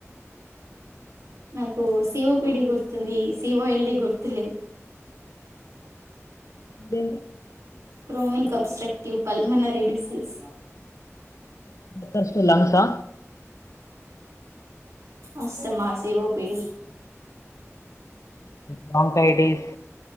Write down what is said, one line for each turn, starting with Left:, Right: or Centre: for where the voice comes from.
Right: నాకు సివోపిడి గుర్తుంది సిఓఎల్డి గుర్తులేదు
Left: then
Right: chronic obstructive pulmonary disease
Left: first లంగ్సా
Right: ఆస్థమా సివోపిడి
Left: బ్రాంకైటిస్